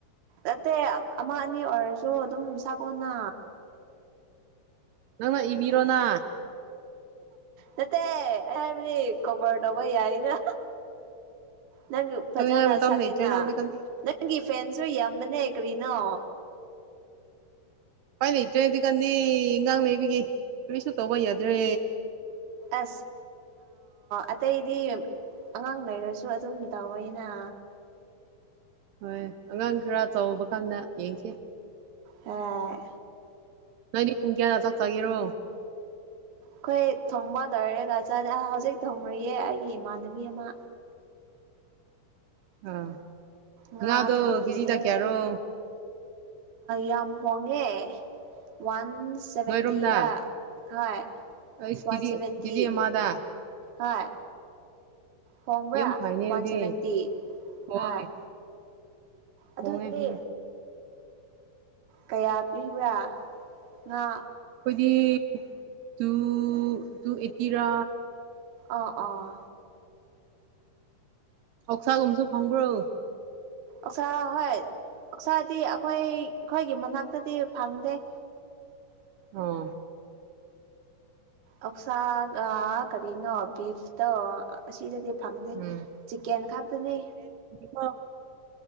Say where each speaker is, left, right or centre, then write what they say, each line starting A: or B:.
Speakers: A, on the right; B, on the right.
A: ꯅꯠꯇꯦ ꯑꯃ ꯑꯅꯤ ꯑꯣꯏꯔꯁꯨ ꯑꯗꯨꯝ ꯁꯥꯀꯣꯟꯅ
B: ꯅꯪꯅ ꯏꯕꯤꯔꯣꯅ
A: ꯅꯦ ꯑꯦꯕꯨ ꯀꯕꯔ ꯅꯕ ꯌꯥꯏꯅ ꯅꯪ ꯐꯖꯅ
B: ꯇꯧꯅꯤꯡꯉꯥꯏ ꯃꯇꯝ
A: ꯁꯒꯦꯅ
B: ꯂꯩꯇ꯭ꯔꯦꯗ ꯍꯧꯖꯤꯛꯀꯥꯟꯗꯤ
A: ꯅꯪꯒꯤ ꯐꯦꯟꯁꯨ ꯌꯥꯝꯕꯅꯦ ꯀꯔꯤꯅꯣ
B: ꯀꯥꯏ ꯂꯩꯇ꯭ꯔꯦ ꯑꯗꯨ ꯀꯅꯤ ꯉꯥꯡ ꯂꯩꯕꯒꯤ ꯀꯔꯤꯁꯨ ꯇꯧꯕ ꯌꯥꯗ꯭ꯔꯦ
A: ꯑꯁ ꯑꯇꯩ ꯏꯗꯤ ꯑꯉꯥꯡ ꯂꯩꯔꯁꯨ ꯑꯗꯨꯝ ꯇꯧꯋꯩꯅ
B: ꯍꯣꯏ ꯑꯉꯥꯡ ꯈꯔ ꯆꯥꯎꯕ ꯀꯥꯟꯗ ꯌꯦꯡꯁꯦ
A: ꯑ
B: ꯅꯣꯏꯗꯤ ꯄꯨꯡ ꯀꯌꯥꯗ ꯆꯠꯆꯒꯦꯔꯣ
A: ꯑꯩꯈꯣꯏ ꯊꯣꯡꯕ ꯂꯣꯏꯔꯦꯒ ꯆ ꯍꯧꯖꯤꯛ ꯊꯣꯡꯅꯨꯌꯦ ꯑꯩꯒꯤ ꯏꯃꯥꯟꯅꯕꯤ ꯑꯃ
B: ꯑꯥ ꯉ
A: ꯉꯥ
B: ꯉꯥꯗꯣ
A: ꯊꯣꯡꯔꯤꯌꯦ
B: ꯀꯦꯖꯤꯗ ꯀꯌꯥꯔꯣ
A: ꯌꯥꯝ ꯍꯣꯡꯉꯦ ꯋꯥꯟ ꯁꯚꯦꯟꯇꯤꯗ
B: ꯅꯣꯏꯔꯣꯝꯗ
A: ꯍꯣꯏ
B: ꯑꯩꯁ
A: ꯋꯥꯟ
B: ꯀꯦꯖꯤ
A: ꯁꯚꯦꯟꯇꯤ
B: ꯀꯦꯖꯤ ꯑꯃꯗ
A: ꯍꯣꯏ ꯍꯣꯡꯕ꯭ꯔꯥ
B: ꯌꯥꯝ ꯐꯩꯅꯦ
A: ꯋꯥꯟ
B: ꯑꯗꯨꯗꯤ
A: ꯁꯚꯦꯟꯇꯤ
B: ꯍꯣꯏ
A: ꯍꯥ ꯑꯗꯨꯗꯤ
B: ꯍꯣꯡꯉꯦ ꯎꯝ
A: ꯀꯌꯥ ꯄꯤꯕ꯭ꯔꯥ ꯉꯥ
B: ꯑꯩꯈꯣꯏꯗꯤ ꯇꯨ ꯇꯨ ꯑꯩꯠꯇꯤꯔꯥ
A: ꯑꯥ ꯑꯣꯥ
B: ꯀꯧꯁꯥꯒꯨꯝꯁꯨ ꯐꯪꯕ꯭ꯔꯣ
A: ꯑꯛꯆꯥꯥ ꯍꯣꯏ ꯑꯛꯆꯥꯥꯗꯤ ꯑꯩꯈꯣꯏ ꯑꯩꯈꯣꯏꯒꯤ ꯃꯅꯥꯛꯇꯗꯤ ꯐꯪꯗꯦ
B: ꯑꯣ
A: ꯑꯣꯛꯁꯥꯒ ꯀꯔꯤꯅꯣ ꯕꯤꯐꯇ ꯑꯁꯤꯗꯗꯤ ꯐꯪꯗꯦ
B: ꯎꯝ
A: ꯆꯤꯀꯦꯟ ꯈꯛꯇꯅꯤ
B: ꯑ